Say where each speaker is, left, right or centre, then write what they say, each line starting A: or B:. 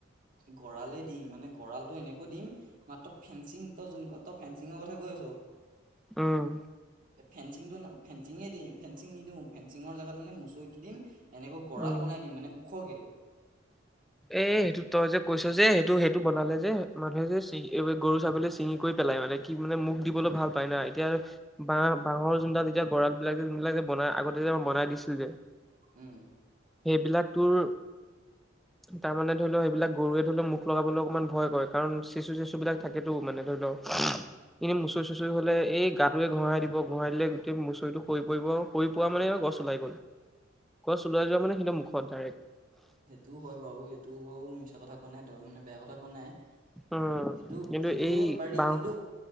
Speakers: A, on the right; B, in the centre.
A: গঁৰা়লে দিম মানে গঁৰালটো এনেকৈ দিম মাত্ৰই ফেঞ্চিং তই যোন তই ফেঞ্চিঙৰ কথা কৈ আছ
B: উম।
A: ফেঞ্চিংটো ফেঞ্চিঙে দি ফেঞ্চিং নিদিওঁ ফেঞ্চিঙৰ জেগাত মানে মুচৰিটো দিম এনেকৈ গঁৰাল
B: উম,
A: বনাই দিম মানে ওখকে
B: এ সেইটো তই যে কৈছ যে সেইটো সেইটো বনালে যে মানুহে যে চি গৰু ছাগলীয়ে ছিঙি কৰি পেলাই মানে কি মানে মোক দিব ভাল পাই না এতিয়া বাঁহ বাহৰ যোনডাল এতিয়া গঁৰাল বিলাক যোনবিলাক বনাই আগতে যে বনাই দিছিল যে
A: উম।
B: সেইবিলাক তৰ তাৰমানানে ধৰি লও সেইবিলাক গৰুৱে ধৰি লওক মুখ লগাবলৈ অকণমান ভয় কৰে কাৰণ চেচু চেচু বিলাক থাকেতো মানে ধৰি লও উম এনেই মুচৰি চুচৰি হলে এই গাটোোৱে ঘঁৰাই দিব ঘঁৰাই দিলে গোট ম মুচৰিটো হৈৰি পৰিব সৰি প মানে গছ ওলাই গ'ল গছ ওলাই যোৱা মানে সিহৰ মুখত ডাইৰেক্ট
A: সেইটোও হয় বাৰু সেইটো বাৰু মিছা কথা কোৱা নাই তই মানে বেয়া কথা কোৱা নাই
B: উম
A: সেইটো
B: কিন্তু
A: সেইটো
B: এই
A: কৰিব পাৰি
B: বাওঁ
A: কিন্তু